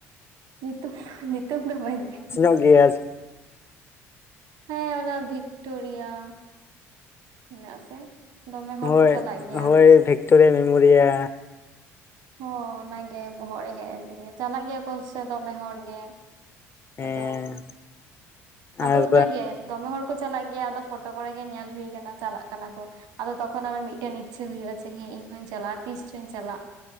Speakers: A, on the right; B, on the left.
A: ᱧᱩᱛᱩᱢ ᱱᱤᱛᱚ ᱫᱚ ᱵᱟᱹᱧ ᱞᱟᱹᱭᱟ᱾
B: ᱜᱮᱭᱟᱥ
A: ᱦᱮᱸ ᱚᱱᱟ ᱵᱷᱤᱠᱴᱳᱨᱤᱭᱟ᱾ ᱢᱮᱱᱟᱜ ᱟᱥᱮ ᱫᱚᱢᱮ ᱦᱚᱲ
B: ᱦᱳᱭ
A: ᱠᱚ ᱪᱟᱞᱟᱜ ᱜᱮᱭᱟ
B: ᱦᱳᱭ ᱵᱷᱤᱠᱴᱳᱨᱤᱭᱟ ᱢᱮᱢᱳᱨᱤᱭᱟ
A: ᱦᱚᱸ ᱚᱱᱟᱜᱮ ᱵᱚᱦᱚᱜ ᱨᱮ ᱦᱮᱡ ᱮᱱ ᱛᱤᱧᱟ ᱪᱟᱞᱟᱜ ᱜᱮᱭᱟ ᱠᱚ ᱥᱮ ᱫᱚᱢᱮ ᱦᱚᱲ ᱜᱮ᱾
B: ᱦᱮᱸ
A: ᱟᱫᱚ
B: ᱟᱨ
A: ᱟᱫᱚ ᱚᱱᱟᱜᱮ ᱫᱚᱢᱮ ᱦᱚᱲ ᱠᱚ ᱪᱟᱞᱟᱜ ᱜᱮᱭᱟ ᱟᱫᱚ ᱯᱷᱳᱴᱳ ᱠᱚᱨᱮ ᱜᱮ ᱧᱮᱞ ᱦᱩᱭ ᱟᱠᱟᱱᱟ ᱪᱟᱞᱟᱜ ᱠᱟᱱᱟ ᱠᱚ᱾ ᱟᱫᱚ ᱛᱚᱠᱷᱚᱱ ᱟᱨᱚ ᱢᱤᱫᱴᱮᱱ ᱤᱪᱪᱟᱹ ᱦᱩᱭᱩᱜᱼᱟ ᱡᱮᱸ ᱤᱧ ᱦᱚᱧ ᱪᱟᱞᱟᱜᱼᱟ ᱛᱤᱥ ᱪᱚᱧ ᱪᱟᱞᱟᱜ